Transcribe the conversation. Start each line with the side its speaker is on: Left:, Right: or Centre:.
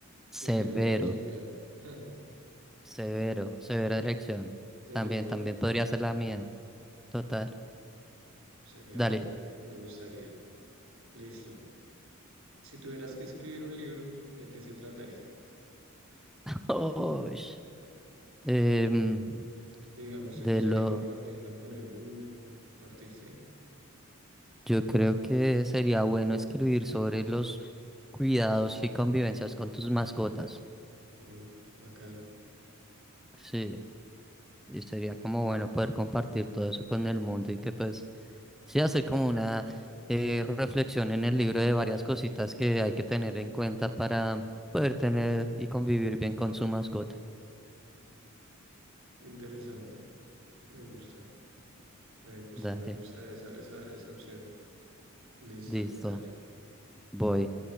Right: y
Centre: Severo,
Right: en teoría musical. <laughs>
Centre: severo, severa elección.
Right: Sería
Centre: También,
Right: bueno,
Centre: también podría ser la mía. Total.
Right: sería
Centre: Dale.
Right: bueno, me, me gustaría. Listo. Si tuvieras que escribir un libro, ¿de qué se trataría?
Centre: <laughs> Oy. Em,
Right: Digamos,
Centre: de
Right: ¿te gustaría
Centre: lo,
Right: compartirlo con el mundo? ¿Compartirse?
Centre: yo creo que sería bueno escribir sobre los cuidados y convivencias con tus mascotas.
Right: Uy, bacana,
Centre: Sí, y sería como bueno poder compartir todo eso con el mundo y que pues sí hacer como una eh, reflexión en el libro de varias cositas que hay que tener en cuenta para poder tener y convivir bien con su mascota.
Right: interesante. Me gusta, me gusta,
Centre: Dale.
Right: me gusta esa, esa, esa opción. Listo,
Centre: Listo,
Right: dale.
Centre: voy.